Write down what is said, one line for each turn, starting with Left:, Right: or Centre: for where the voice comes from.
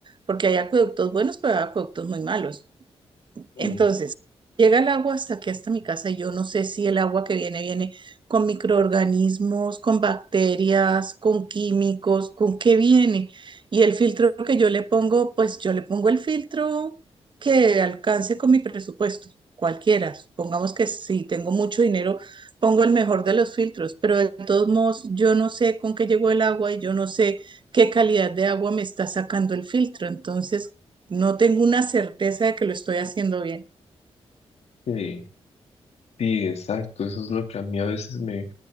Right: porque hay acueductos buenos, pero hay acueductos muy malos.
Left: Mm.
Right: Entonces, llega el agua hasta aquí, hasta mi casa, y yo no sé si el agua que viene viene con microorganismos, con bacterias, con químicos, con qué viene. Y el filtro que yo le pongo, pues yo le pongo el filtro que alcance con mi presupuesto, cualquiera. Supongamos que si tengo mucho dinero, pongo el mejor de los filtros, pero de todos modos, yo no sé con qué llegó el agua y yo no sé qué calidad de agua me está sacando el filtro. Entonces, no tengo una certeza de que lo estoy haciendo bien.
Left: Sí. Sí, exacto, eso es lo que a mí a veces me,